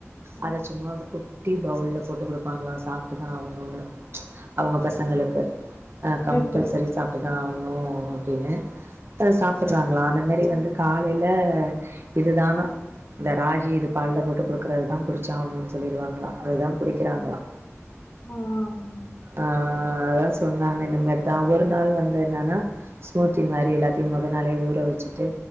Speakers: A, on the left (about 50°); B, on the right (about 55°).
A: ஆ,
B: அத சும்மா ஒரு குட்டி பவுல்ல போட்டு குடுப்பாங்ளா சாப்ட்டுதா ஆவணுனு அவுங்க
A: ஆமா
B: பசங்களுக்கு ஆ கம்பல்சரி
A: கரெக்ட்
B: சாப்டுதா ஆவணு அப்டின்னு ப்ப சாப்புறாங்களா அந்த மாரி வந்து காலைல இதுதானா இந்த ராகி இது பால்ல போட்டு குடுக்றதுதா குடிச்சே அவனுனு சொல்லிடுவாங்களா அதுதா குடிக்கிறாங்களா
A: ஆ ஆ,
B: ஆ அதா சொன்னாங்க இந்த மாரிதா ஒருநாள் வந்து என்னன்னா ஸ்மூத்தி மாரி எல்லாத்தையு மொத நாளே ஊற வச்சிட்டு